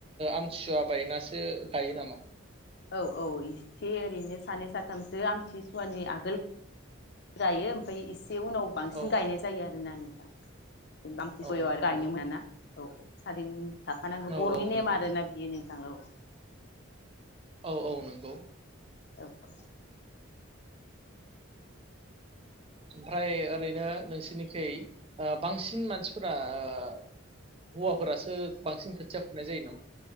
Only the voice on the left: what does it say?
औ औ इसे ओरैनो सानै साथामसो आमथिसुवानि आगोल गायो ओमफ्राय एस बे उनाव बांसिन
गायनाय जायो आरोना नोथां <inaudible> आमथि
सुवायाव आरो
गायनो मोना ना। औ औ सारिनि थाखानांगौ
बरनि
नेम
आर ना बियो नों थांगौ।
औ ओ।